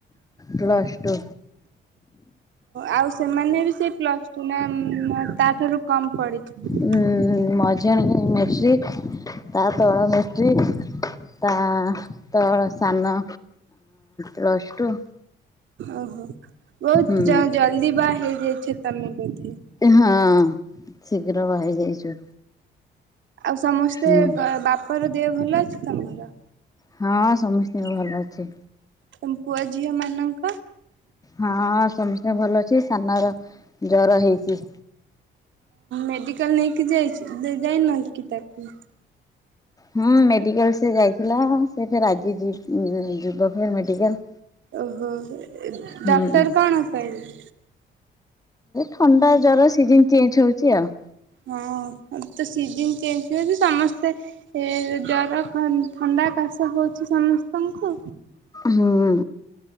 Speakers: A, on the left; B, on the right.
A: ପ୍ଲସ୍ ଟୁ
B: ଆଉ ସେମାନେ ବି ସେଇ ପ୍ଲସ୍ ଟୁ ନା ତାଠାରୁ। କମ ପଢିଛନ୍ତି
A: ହୁଁ ମଝ୍ ଆଣି ମାଷ୍ଟ୍ରିକ୍ ତା ତଳ ମାଟ୍ରିକ୍। ତା ତଳ ସାନ। Plus two.
B: ଓ ହୋ। ବହୁତ
A: ହୁଁ
B: ଜଲଦି ବା ହେଇଯାଇଛ ତମେ ବଧେ
A: ହଁ ଶୀଘ୍ର ବହା ହେଇଯାଇଛୁ
B: ଆଉ ସମସ୍ତେ
A: ହୁଁ
B: ବାପ ଘର ଦେହ ଭଲ ଅଛି ତମର?
A: ହଁ ସମସ୍ତଙ୍କ ଭଲ ଅଛି।
B: ତମ ପୁଅ ଝିଅ ମାନଙ୍କ?
A: ହଁ ସମସ୍ତେ ଭଲ ଅଛି ସାନର ଜରା ହେଇଚି
B: ମେଡିକାଲ ନେଇକି ଯାଇଛି ଯାଇନା କି ତାକୁ
A: ହୁଁ ମେଡିକାଲ ସେ ଯାଇଥିଲା ସେ ଫ ଆଜି ଯିବ ଫ ମେଡିକାଲ
B: ଓହୋ
A: ହୁଁ
B: ଡାକ୍ଟର କଣ କହିଲେ
A: ଥଣ୍ଡା ଜର ସିଜନ ଚେଞ୍ଜ ହଉଛି ଆଉ
B: ହଁ ତ ସିଜନ ଚେଞ୍ଜ ହଉଛି ସମସ୍ତେ ଏ ଜର ଥଣ୍ଡା କାଶ ହଉଛି ସମସ୍ତଙ୍କୁ
A: ହୁଁ।